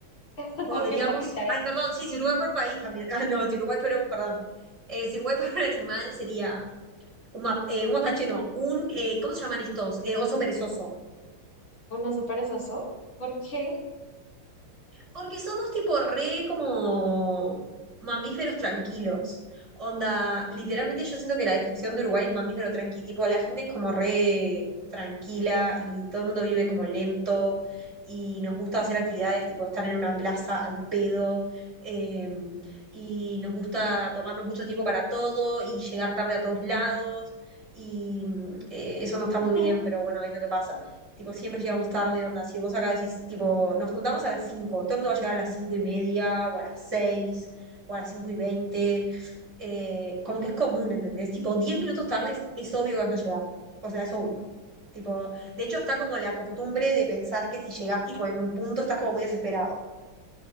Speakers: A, on the left (about 65°); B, on the right (about 35°).
A: <laughs>
B: podríamos.
A: porque un país ya es.
B: Ay, perdón, sí, si Uruguay fuera un país también. <laughs> Ah, no, si Uruguay fuera un, perdón. Eh, si Uruguay fuera un animal sería un, map- eh, un mapache, no. Un, eh, ¿cómo se llaman estos? Eh, oso perezoso.
A: ¿Un oso perezoso? ¿Por qué?
B: Porque somos tipo re como mamíferos tranquilos. Onda, literalmente yo siento que la descripción de Uruguay es mamífero tranqui. Tipo, la gente es como re tranquila y todo el mundo vive como lento y nos gusta hacer actividades tipo estar en una plaza al pedo eh, y nos gusta tomarnos mucho tiempo para todo y llegar tarde a todos lados y eh, eso no está muy
A: <laughs>
B: bien, pero bueno, es lo que pasa. Tipo, siempre llegamos tarde, onda. Si vos acá decís, tipo, nos juntamos a las 5, todo el mundo va a llegar a las 5 y media, o a las 6 o a las cinco y veinte, Eh, como que es común, ¿entendés? Tipo, 10 minutos tarde es, es obvio que vas a llegar. O sea, es obvio. Tipo, de hecho, está como la costumbre de pensar que si llegás, tipo, en un punto estás como muy desesperado.